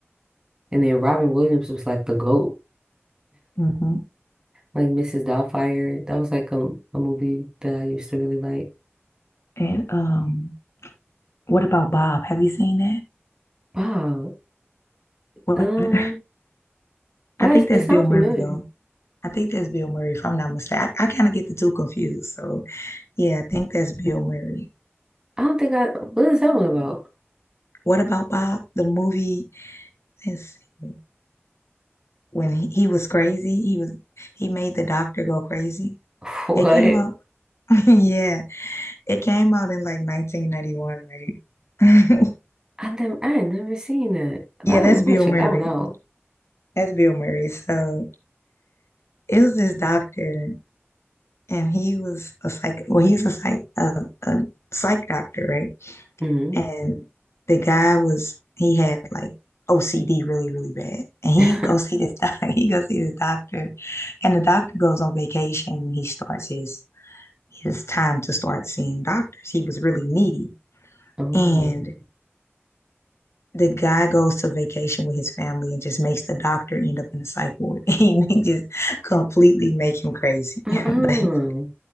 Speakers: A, on the right (about 15°); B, on the left (about 75°).
A: And then Robin Williams was like the GOAT.
B: hmm
A: Like Mrs. Doubtfire. That was like a, a movie that I used to really like.
B: And um, what about Bob? Have you seen that?
A: Wow.
B: What?
A: Um,
B: <laughs>
A: why
B: I think
A: is
B: that's
A: it sounds
B: Bill Murray
A: familiar?
B: though. I think that's Bill Murray, if I'm not mistaken. I, I kind of get the two confused. So Yeah, I think that's Bill Murray.
A: I don't think I what is that one about?
B: What about Bob? The movie, let's see, when he, he was crazy, he was he made the doctor go crazy.
A: <laughs> What?
B: It came out, <laughs> yeah, it came out in like 1991, right? <laughs>
A: I never I had never seen that. But
B: Yeah,
A: I'm,
B: that's
A: I'm
B: Bill
A: gonna check
B: Murray.
A: that one out.
B: That's Bill Murray. So it was this doctor, and he was a psych. Well, he's a psych a, a psych doctor, right?
A: hmm
B: And the guy was, he had like OCD really, really bad. And he
A: <laughs>
B: go see this <laughs> doc, he go see this doctor. And the doctor goes on vacation when he starts his his time to start seeing doctors. He was really needy.
A: Oh.
B: And the guy goes to vacation with his family and just makes the doctor end up in the psych ward. <laughs> he just completely make him crazy.
A: Uh-uh.
B: <laughs> like